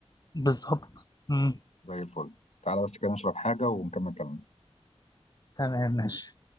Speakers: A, on the left; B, on the left.
A: بالظبط مم،
B: زي الفل تعالى بس كده نشرب حاجه ونكمل كلامنا
A: تمام ماشي